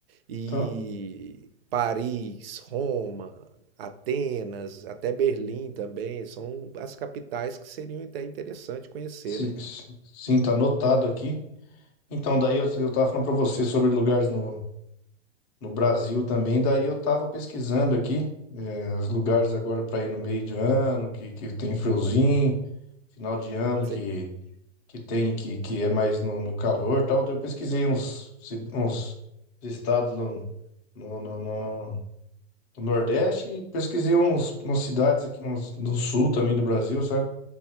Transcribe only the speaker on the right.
e
Paris, Roma, Atenas, até Berlim também, são as capitais que seriam até interessante conhecer,
né?
Cê-